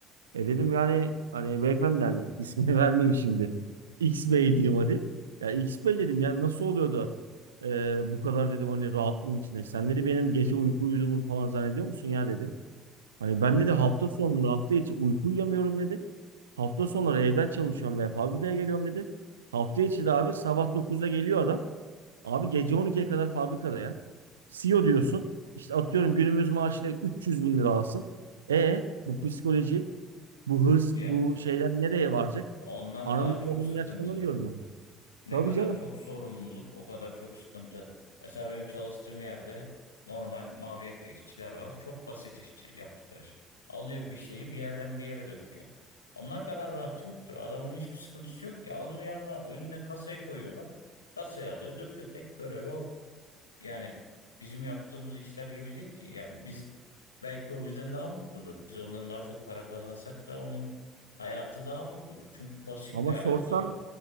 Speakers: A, on the right (about 75°); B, on the left (about 80°).
A: E dedim yani hani beyefendi hani ismini <laughs> vermeyeyim şimdi. X Bey diyeyim hadi. Ya X Bey dedim yani nasıl oluyordu E, bu kadar dedim hani rahatlığın içinde. Sen dedi benim gece uyku uyuduğumu falan zannediyor musun ya dedi. Hani
B: Tabii
A: ben dedi
B: canım.
A: hafta sonları hafta içi uyku uyuyamıyorum dedi. Hafta sonları evden çalışıyorum ve fabrikaya geliyorum dedi. Hafta içi de abi sabah dokuzda geliyor adam. Abi gece on ikiye kadar fabrikada ya. CEO diyorsun. İşte atıyorum günümüz maaşıyla 300 bin lira alsın. E bu psikoloji bu hırs,
B: Ya
A: bu şeyler nereye varacak?
B: onlar
A: Ananın
B: daha çok
A: babanın
B: sıkıntı.
A: yaşlananı görmem.
B: Ne
A: Tabii
B: kadar
A: canım.
B: çok sorumluluk o kadar çok sıkıntı. Mesela benim çalıştığım yerde normal mavi yaka işçiler var. Çok basit işçi yaptıkları iş. Alıyor bir şeyi bir yerden bir yere döküyor. Onlar kadar rahat yoktur. Adamın hiçbir sıkıntısı yok ki. Onun yanına önüne kasayı koyuyorlar. Kasayı alıyor döküyor. Tek görevi o. Yani bizim yaptığımız işler gibi değil ki. Ya biz belki o bizden daha mutludur. Biz ondan daha çok para kazansak da onun hayatı daha mutludur. Çünkü basit
A: Ama
B: bir hayatı
A: sorsan
B: var.